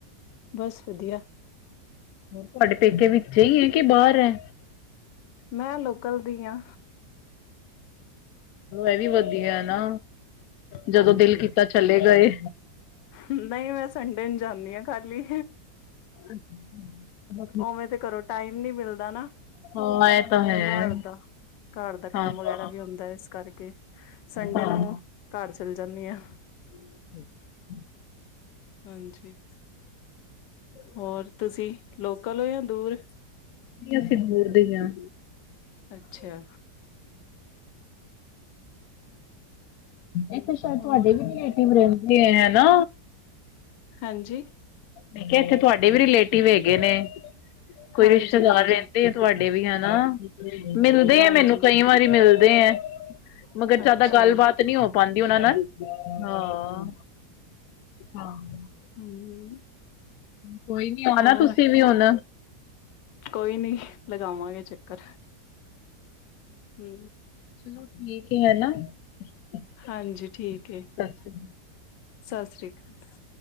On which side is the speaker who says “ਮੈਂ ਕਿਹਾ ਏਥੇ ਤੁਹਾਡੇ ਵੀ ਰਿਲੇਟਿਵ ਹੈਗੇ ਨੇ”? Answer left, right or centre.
Left